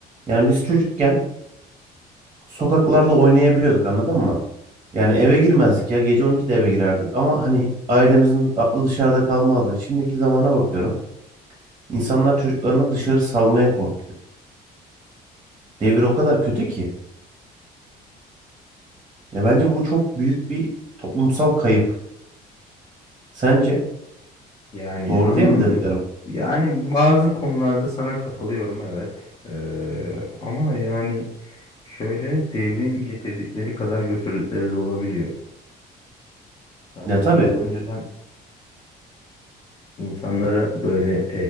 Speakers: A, on the right; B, on the left.
A: Yani biz çocukken sokaklarda oynayabiliyorduk anladın mı? Yani eve girmezdik ya gece 12'de eve girerdik ama hani ailemizin aklı dışarıda kalmazdı. Şimdiki zamana bakıyorum. İnsanlar çocuklarını dışarı salmaya korkuyor. Devir o kadar kötü ki. Ya bence bu çok büyük bir toplumsal kayıp. Sence
B: Yani
A: doğru
B: an
A: değil mi dediklerim?
B: yani bazı konularda sana katılıyorum evet. Ee, ama yani şöyle devrin getirdikleri kadar götürdükleri de olabiliyor. Yani
A: Ya tabii.
B: şimdi önceden insanlara böyle